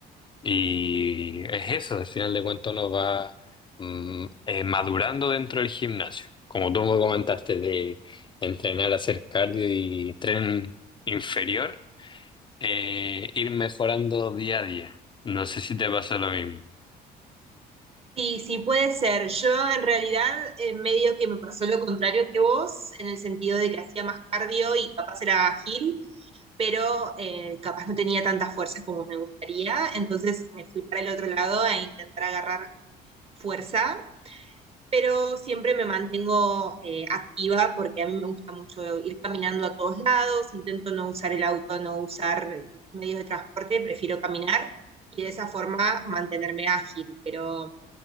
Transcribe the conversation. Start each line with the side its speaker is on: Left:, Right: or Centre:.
Left: Y es eso, al final de cuentas uno va mm, eh, madurando dentro del gimnasio. Como tú me comentaste de entrenar, hacer cardio y tren inferior, eh, ir mejorando día a día. No sé si te pasa lo mismo.
Right: Sí, sí puede ser. Yo en realidad eh, medio que me pasó lo contrario que vos, en el sentido de que hacía más cardio y capaz era ágil, pero eh, capaz no tenía tanta fuerza como me gustaría, entonces me fui para el otro lado a intentar agarrar fuerza, pero siempre me mantengo eh, activa porque a mí me gusta mucho ir caminando a todos lados, intento no usar el auto, no usar medios de transporte, prefiero caminar y de esa forma mantenerme ágil, pero